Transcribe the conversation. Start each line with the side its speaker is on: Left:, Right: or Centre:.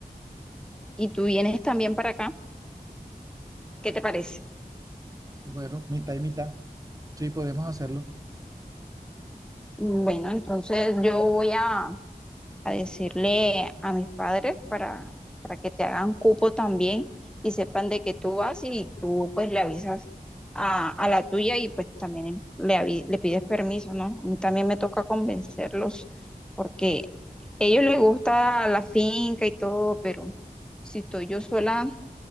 Centre: Y tú vienes también para acá. ¿Qué te parece?
Right: Bueno, mitad y mitad. Sí, podemos hacerlo.
Centre: Bueno, entonces yo voy a, a decirle a mis padres para, para que te hagan cupo también y sepan de que tú vas y tú pues le avisas a, a la tuya y pues también le, avi- le pides permiso, ¿no? A mí también me toca convencerlos porque a ellos les gusta la finca y todo, pero si estoy yo sola,